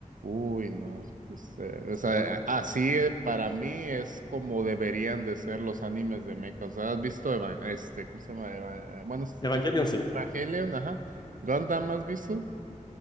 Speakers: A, on the right; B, on the left.
A: Uy, no, es, eh,
B: Está
A: o sea,
B: bueno.
A: así eh, para mí es como deberían de ser los animes de mecha. O sea, ¿has visto Eva- este, ¿cómo se llama? Eva- eh, bueno, es
B: Evangelion
A: Eva-
B: sí.
A: Evangelion, ajá. Gundam, ¿has visto?